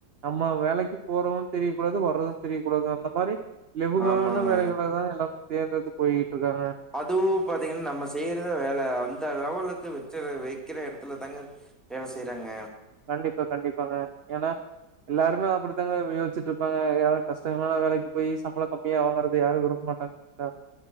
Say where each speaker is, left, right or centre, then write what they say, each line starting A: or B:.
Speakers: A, on the right (about 50°); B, in the centre.
A: நம்ம வேலைக்கு போறோது தெரியக் கூடாது வர்றது தெரியக் கூடாது அந்த பாரு லெபகான
B: ஆமாங்க
A: வேலைகளதா எல்லா தேர்ந்தேடுத்து போயிட்டு இருக்காங்க
B: அதுவு பாத்தீங்கன்னா நம்ம செய்யறத வேல அந்த லெவலுக்கு வெச்சத வைக்கிற எடத்துல தாங்க வேல செய்றாங்க
A: கண்டிப்பா கண்டிப்பாங்க ஏன்னா எல்லாருமே அப்டித்தாங்க யோச்சிட்ருப்பாங்க யாரோ கஷ்டமான வேலைக்கு போய் சம்பள கம்மியா வாங்குறது யாரு விரும்பமாட்டாங்க அ